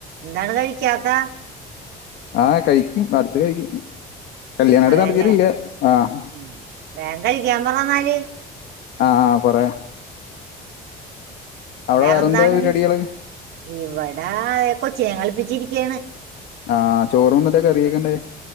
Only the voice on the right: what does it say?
എന്താണ് കഴിക്കാത്ത
അതെല്ലേ
ഉം. വേഗം കഴിക്കാ പറന്നാല്
വേറെ
എന്താണ്
ഇവിടെ അഹ കൊച്ചിനെ കളിപ്പിച്ചിരിക്കയാണ്